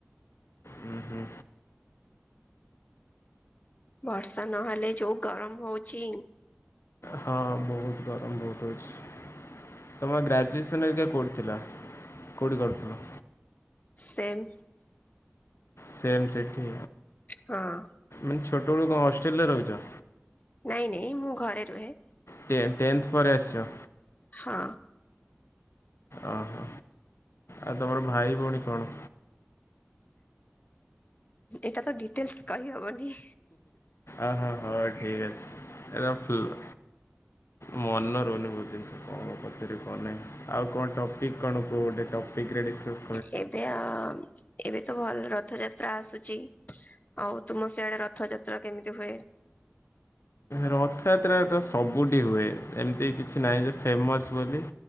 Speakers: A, on the left; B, on the left.
A: ହୁଁ ହୁଁ
B: ବର୍ଷା ନହେଲେ ଯୋଉ ଗରମ ହଉଛି।
A: ହଁ ବହୁତ ଗରମ ବହୁତ ଅଛି। ତୁମେ ଗ୍ରାଜୁଏସନ୍ ହେରିକା କୋଉଠି ଥିଲା କୋଉଁଠି କରୁଥିଲ?
B: ସେମ୍
A: ସେମ୍ ସେଠି
B: ହଁ।
A: ମାନେ ଛୋଟବେଳ କଣ ହଷ୍ଟେଲରେ ରହୁଛ?
B: ନାଇଁ ନାଇଁ ମୁଁ ଘରେ ରୁହେ।
A: ଟେ ଟେନ୍ଥ୍ ପରେ ଆସିଛ।
B: ହଁ।
A: ଓହୋ ଆଉ ତମର ଭାଇ ଭଉଣୀ କଣ?
B: ଏଇଟା ତ ଡିଟେଲ୍ସ୍ କହି ହବନି।
A: ଅହୋ ହୋ ଠିକ ଅଛି ରଖିଲ। ମନ ରହୁନି ବୋଧେ କଣ କଣ କହୁଚି। କଁଣ ପଚାରିବୁ କଣ ନାହିଁ ଆଉ କଣ ଟପିକ କଣ କୁହ ଗୋଟେ ଟପିକ ରେ ଡିସ୍କସ୍
B: ହେଟା ଏବେ ତ ଭଲ ରଥଯାତ୍ରା ଆସୁଛି ଆଉ ତୁମ ସିଆଡେ ରଥଯାତ୍ରା କେମିତି ହୁଏ?
A: ରଥଯାତ୍ରାତ ସବୁଠି ହୁଏ ଏମିତି କିଛି ନାହିଁ ଯେ ଫେମସ୍ ବୋଲି